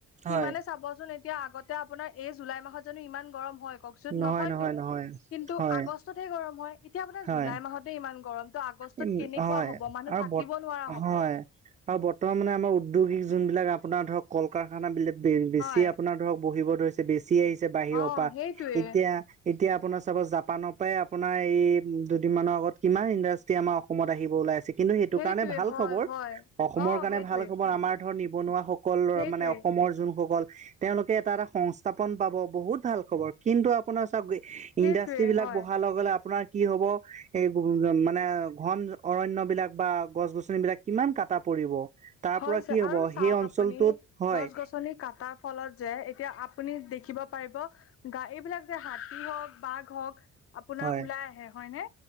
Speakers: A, on the left (about 50°); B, on the right (about 25°).
A: সিমানে
B: হয়
A: চাবচোন এতিয়া আগতে আপোনাৰ এই জুলাই মাহত জানোঁ ইমান গৰম হয় কওকচোন।
B: নহয়
A: নহয়তো,
B: নহয় নহয়
A: কিন্তু
B: হয়
A: আ আগহে গৰম হয়। এতিয়া মানে
B: হয়
A: জুলাই মাহতে ইমান গৰমটো আগ
B: উম,
A: কেনেকুৱা
B: হয়
A: হ'ব মানুহ
B: আৰু
A: থাকিব
B: বত
A: নোৱাৰা হ'ব।
B: হয়। আৰু বৰ্তমান আমাৰ উদ্যোগিক যোনবিলাক আপোনাৰ ধৰক কল-কাৰখানাবিলকেই বেছি
A: হয়।
B: আপোনাৰ ধৰক বহিব ধৰিছে। বেছি আহিছে বাহিৰৰ
A: অ
B: পৰা
A: সেইটোৱে
B: এতিয়া এতিয়া আপোনাৰ চাব, জাপানৰ পৰাই আপোনাৰ এই দুদিনমানৰ আগত, কিমান ইণ্ডাষ্ট্ৰি আমাৰ অসমত আহিব ওলাই আছে। কিন্তু সেইটো
A: সেইটোৱে
B: কাৰণে ভাল
A: হয়
B: খবৰ।
A: হয়
B: অসমৰ
A: অ
B: কাৰণে
A: সেইটোৱে
B: ভাল খবৰ, আমাৰ ধৰ নিবনুৱাসকল
A: সেইটোৱে
B: মানে অসমৰ যোনসকল। তেওঁলোকে এটা এটা সংস্থাপন পাব। বহুত ভাল খবৰ, কিন্তু আপোনাৰ চাওঁক
A: সেইটোৱে
B: ইণ্ডাষ্ট্ৰ্ৰী বিলাক
A: হয়
B: বহাৰ লগে লগে আপোনাৰ কি হ'ব। এ মানে ঘন অৰণ্য বিলাক বা গছ-গছনিবিলাক কিমান কাটা পৰিব। তাৰ
A: হয়,
B: পৰা
A: হৈছে।
B: কি হব
A: আৰু চাওঁক
B: সেই অঞ্চলটোত
A: আপুনি,
B: হয়
A: গছ-গছনি কটাৰ, ফলত যে, এতিয়া আপুনি দেখিব পাৰিব। গাড়ী, এইবিলাক যে হাতী হওঁক, বাঘ হওঁক আপোনাৰ
B: হয়
A: ওলাই আহে হয়নে,